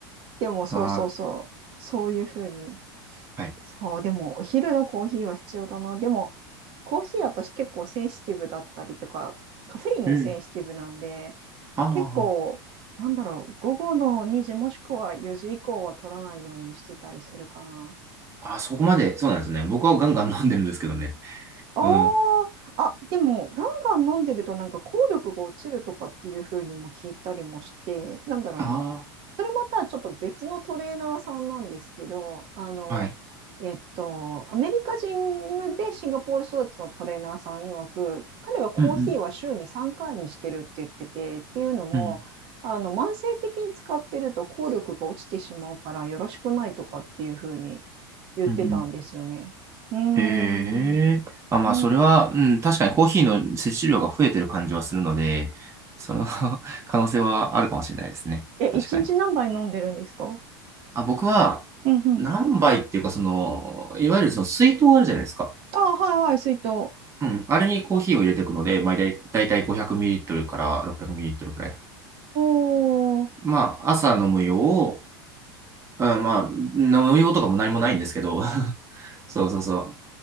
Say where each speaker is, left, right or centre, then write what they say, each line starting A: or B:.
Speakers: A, on the right; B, on the right.
A: でも、そうそうそう。
B: ああ
A: そういうふうに
B: ー、はい。
A: そう、でもお昼のコーヒーは必要だな。でも、コーヒー私結構センシティブだったりとか、カフェインにセンシティブなんで、
B: えーあ
A: 結構、なんだろう、午後の2時もしくは4時以降は取らないようにしてたりするかな。
B: あ、あ、そこまで、そうなんですね。僕はガンガン飲んでるんですけどね。
A: あーあ、
B: うん。
A: でも、ガンガン飲んでるとなんか効力が落ちるとかっていう風にも聞いたりもして、なんだろうな。
B: あ
A: それまたちょっと別のトレーナーさんなんですけど、あの、
B: あ、はい。
A: えっと、アメリカ人でシンガポール育ちのトレーナーさん曰く、彼はコーヒーは週に3回にしてるって言ってて、
B: うん
A: っていうのも、
B: うん。うん。
A: あの、慢性的に使ってると効力が落ちてしまうからよろしくないとかっていうふうに言ってたんですよね。
B: うんうん。
A: うー
B: へえ。
A: ん。
B: あ、まあ、
A: うん。
B: それは、うん、確かにコーヒーの摂取量が増えてる感じはするので、その <laughs> 可能性はあるかもしれないですね。
A: え、一日何杯飲んでるんですか
B: 確かに。あ、僕は、
A: うんうん。
B: 何杯っていうか、その、いわゆるその水筒あるじゃないですか。
A: あ、はいはい、水筒。お
B: うん。あれにコーヒーを入れていくので、まあ、だいたいたい 500ml から 600ml くミリリットルくらい。
A: ー。
B: まあ、朝飲む用うん、まあ、飲用とかも何もないんですけど、<laughs> そうそうそう。